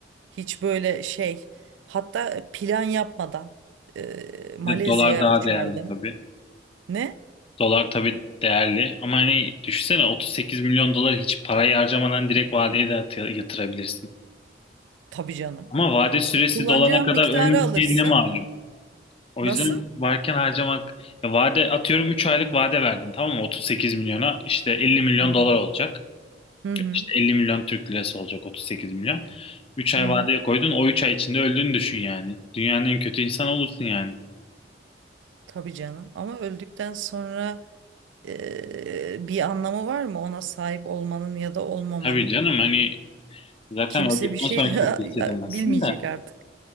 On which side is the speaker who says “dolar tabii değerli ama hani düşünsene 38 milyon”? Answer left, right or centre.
Left